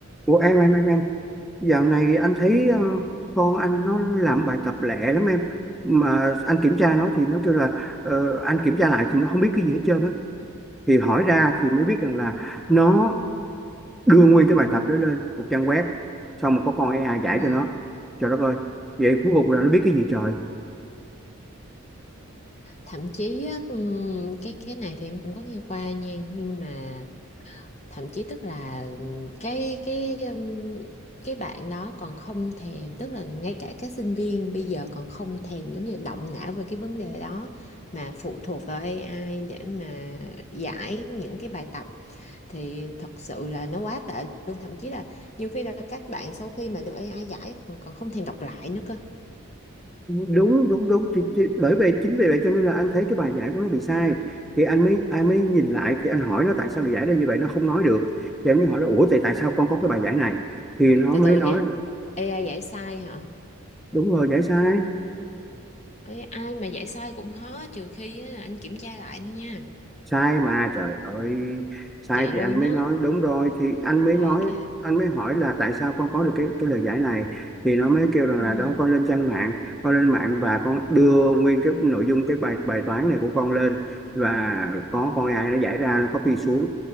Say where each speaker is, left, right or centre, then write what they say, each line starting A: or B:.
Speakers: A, in the centre; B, on the left.
A: Ủa em em em em dạo này anh thấy ờ, con anh nó làm bài tập lẹ lắm em mà anh kiểm tra nó thì nó kêu là ờ, anh kiểm tra lại thì nó không biết cái gì hết trơn á thì hỏi ra thì mới biết rằng là nó đưa nguyên cái bài tập đó lên một trang web xong rồi có con AI giải
B: Ờ.
A: cho nó trời đất ơi vậy cuối cùng là nó biết cái gì trời
B: Thậm chí á, ừm, cái cái này thì em cũng có nghe qua nha nhưng mà thậm chí tức là ừm, cái cái ừm, cái bạn đó còn không thèm tức là ngay cả các sinh viên bây giờ còn không thèm giống như động não về cái vấn đề đó mà phụ thuộc vào AI để mà giải những cái bài tập thì thật sự là nó quá tệ luôn thậm chí là nhiều khi là các bạn sau khi mà được AI giải còn không thèm đọc lại nữa cơ
A: đúng đúng đúng thì, thì, bởi vì chính vì vậy cho nên là anh thấy cái bài giải của nó bị sai thì anh mới anh mới nhìn lại thì anh hỏi nó tại sao lại giải ra như vậy nó không nói được thì anh mới hỏi nó ủa thì tại sao con có cái bài giải này thì nó
B: từ
A: mới
B: từ
A: nói
B: nha
A: là,
B: AI giải sai hả
A: đúng rồi giải sai
B: Ê, ai mà dạy sai cũng khó trừ khi á, là anh kiểm tra lại đi nha
A: sai mà trời ơi sai
B: vậy
A: thì
B: luôn
A: anh mới
B: á
A: nói
B: ờ,
A: đúng rồi thì anh mới
B: ok
A: nói anh mới hỏi là tại sao con có được cái cái lời giải này thì nó mới kêu rằng
B: ừ,
A: là đó con lên trang mạng con lên mạng và con đưa nguyên cái nội dung cái bài bài toán này của con lên và có con AI nó giải ra nó copy xuống